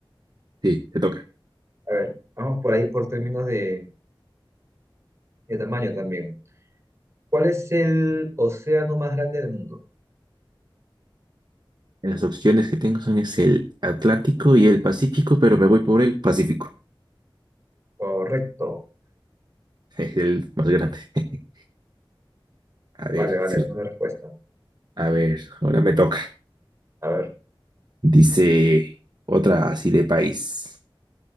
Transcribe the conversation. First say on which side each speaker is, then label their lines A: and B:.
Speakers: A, on the right; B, on the right.
A: Sí, te toca.
B: A ver, vamos por ahí por términos de de tamaño también. ¿Cuál es el océano más grande del mundo?
A: Las opciones que tengo son es el Atlántico y el Pacífico, pero me voy por el Pacífico,
B: Correcto.
A: <laughs> es el más grande. <laughs> A ver,
B: Vale, vale,
A: cierto.
B: buena respuesta.
A: A ver, ahora me toca.
B: A ver,
A: Dice otra así de país.